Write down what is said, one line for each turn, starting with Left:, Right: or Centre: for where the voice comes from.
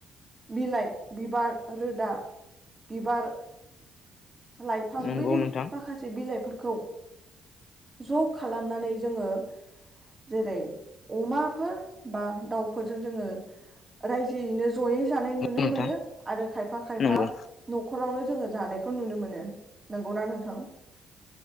Right: बिलाइ बिबार रोदा बिबार लाइफां
Left: नंगौ
Right: बिदि
Left: नोंथां
Right: माखासे बिलाइ खौ ज खालामनानै जोङो जेरै अमाफोर बा दाउफोरजों जोङो रायजोयैनो ज जयै जानाय नुनो
Left: नोंथां
Right: मोनो आरो खायफा खायफा
Left: नंगौ
Right: न'खर न'खरावनो जोङो जानायखौ नुनो मोनो नंगौना नोंथां